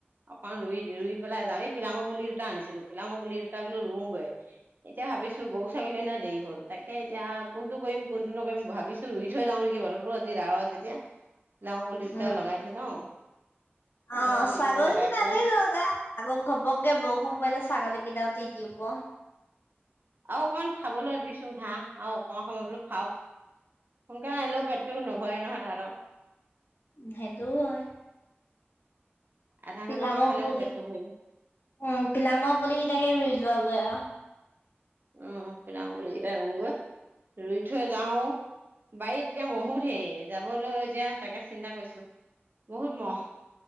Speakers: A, on the right (about 55°); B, on the left (about 60°).
A: অকণ ৰুই- ৰুই পেলাই যাওঁ। এই পিলামৰ পুলি দুটা আনিছিলোঁ। পিলামৰ পুলি দুটা বোলো ৰুওঁগৈ। এতিয়া ভাবিছোঁ গৰু-ছাগলী অনাত দেৰি হ'ল। তাকে এতিয়া কোনটো কৰিম, কোনটো নকৰিম ভাবিছোঁ ৰুই থৈ যাওঁ নেকি? বতৰতো আজি <unintelligible> যেতিয়া লাও পুলি দুটা
B: উম
A: লগাই থৈ যাওঁ। পিলামৰ
B: অ'
A: পুলি
B: ছাগলীকেটা
A: কেইটা লগাই পেলাই
B: আনি লওঁ দিয়া। আকৌ ঘপককে বৰষুণ পৰিলে ছাগলীকেইটাও তিতিব।
A: আৰু অকমান খাবলৈ দিছো ঘাঁহ, আৰু অকণমান সময় বোলো খাওঁক, সোনকালে আহিলেও পেটটো নভৰে নহয় তেহেতৰ
B: সেইটোও হয়।
A: আধা ঘন্টামান
B: পিলামৰ
A: খালেও
B: পুলিক-
A: পেটটো
B: উম,
A: ভৰিব
B: পিলামৰ পুলি কেইটাকে ৰুইলোঁ <unintelligible>
A: উহ পিলাম পুলিকেইটা ৰুওঁগৈ। ৰুই থৈ যাওঁ, বাৰীত এতিয়া মহো ধেৰ যাবলৈ এতিয়া তাকে চিন্তা কৰিছো! বহুত মহ।